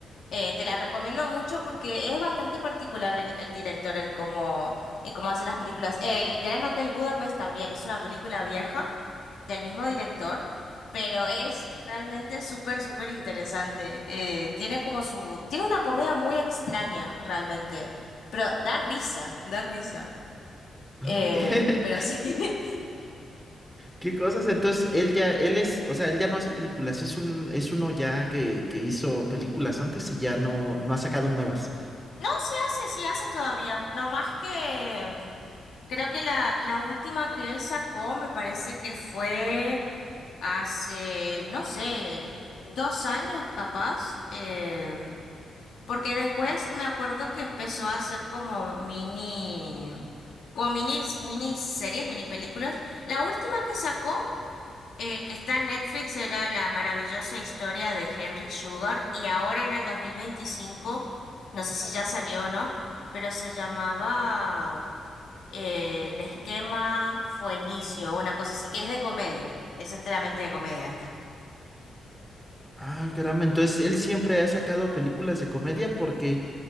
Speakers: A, on the left (about 70°); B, in the centre.
A: Eh, te la recomiendo mucho porque es bastante particular el, el director en cómo, en cómo hace las películas. El Gran Hotel Budapest también es una película vieja del mismo director, pero es realmente súper, súper interesante. Eh, tiene como su, tiene una comedia muy extraña realmente, pero da risa, da risa.
B: Ah,
A: Eh,
B: <laughs> ¿Qué,
A: pero sí. <laughs>
B: qué cosas? Entonces, él ya, él es, o sea, él ya no hace películas, es un, es uno ya que, que hizo películas antes y ya no, no ha sacado nuevas.
A: No, sí hace, sí hace todavía. No más que mm, creo que la, la última que él sacó me parece que fue. Hace, no sé, dos años capaz, em, porque después me acuerdo que empezó a hacer como mini, como minis, miniseries, mini películas. La última que sacó, eh, que está en Netflix, era La maravillosa historia de Henry Sugar, y ahora en el 2025 no sé si ya salió o no, pero se llamaba eh, El esquema fue inicio, una cosa así, que es de comedia, es enteramente de comedia esta.
B: Ah, caramba, entonces él siempre ha sacado películas de comedia porque